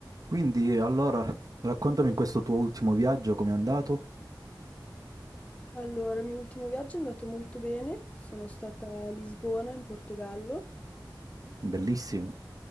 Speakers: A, on the right; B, on the left.
A: Quindi, allora, raccontami in questo tuo ultimo viaggio com'è andato?
B: Allora, il mio ultimo viaggio è andato molto bene, sono stata a Lisbona in Portogallo,
A: Bellissimo.